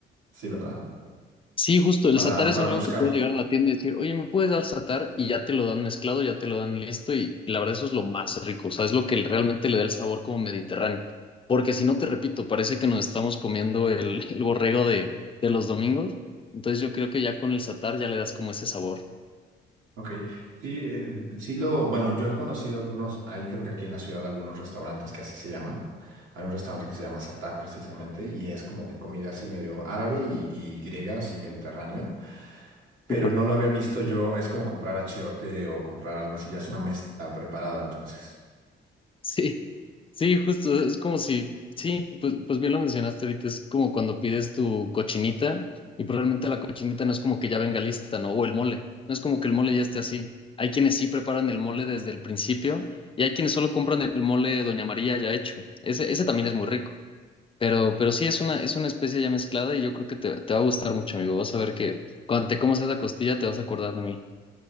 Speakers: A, on the right; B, on the left.
A: Sí, ¿verdad?
B: Sí, justo, el
A: Para,
B: satar es
A: para
B: algo
A: buscar.
B: que puede llegar a la tienda y decir, oye, ¿me puedes dar satar? Y ya te lo dan mezclado, ya te lo dan listo y la verdad eso es lo más rico, o sea, es lo que realmente le da el sabor como mediterráneo. Porque si no, te repito, parece que nos estamos comiendo el, el borrego de, de los domingos, entonces yo creo que ya con el satar ya le das como ese sabor.
A: Ok. Sí, eh, sí lo, bueno, yo he conocido algunos, hay creo que aquí en la ciudad algunos restaurantes que así se llaman. Hay un restaurante que se llama Satar precisamente y es como que comida así medio árabe y, y griega, así mediterráneo, pero
B: Súper.
A: no lo había visto yo, es como comprar achiote o comprar algo así, ya es una mezcla preparada entonces.
B: Sí. Sí, justo, es como si, sí, pues, pues bien lo mencionaste ahorita, es como cuando pides tu cochinita y probablemente la cochinita no es como que ya venga lista, ¿no? O el mole, no es como que el mole ya esté así. Hay quienes sí preparan el mole desde el principio y hay quienes solo compran el mole Doña María ya hecho. Ese, ese también es muy rico, pero, pero sí es una, es una especie ya mezclada y yo creo que te, te va a gustar mucho, amigo. Vas a ver que cuando te comas esa costilla te vas a acordar de mí.